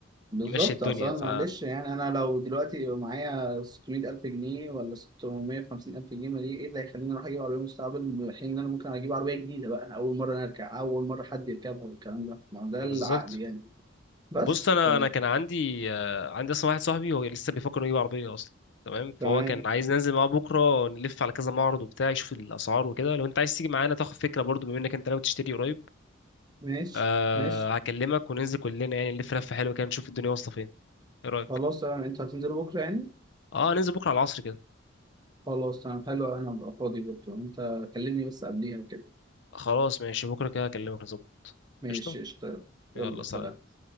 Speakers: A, on the right; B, on the left.
A: بالظبط
B: يمشي الدنيا
A: اصلا
B: ف
A: معلش يعني انا لو دلوقتي معايا 600 الف جنيه ولا 650 الف جنيه ما دي ايه اللي هيخليني اروح اجيب عربيه مستقبل في حين ان انا ممكن اجيب عربيه جديده بقى اول مره انا اركب اول مره حد يركبها والكلام ده ما هو ده
B: بالظبط
A: العقل يعني بس
B: بص انا
A: ف
B: انا كان عندي آه، عندي اصلا واحد صاحبي هو لسه بيفكر انه يجيب عربيه اصلا تمام
A: تمام
B: فهو كان عايز ننزل معاه بكره نلف على كذا معرض وبتاع يشوف الاسعار وكده لو انت عايز تيجي معانا تاخد فكره برضو بما انك انت ناوي تشتري قريب
A: ماشي
B: أه
A: ماشي
B: هكلمك وننزل كلنا يعني نلف لفه حلوه كده نشوف الدنيا واصله فين ايه رايك
A: خلاص تمام انت هتنزل بكره يعني
B: اه ننزل بكره على العصر كده
A: خلاص تمام حلو انا ابقى فاضي بكره انت كلمني بس قبليها كده
B: خلاص ماشي بكرة كده أكلمك نظبط
A: ماشي
B: قشطة
A: اشتغل
B: يلا
A: يلا سلام
B: سلام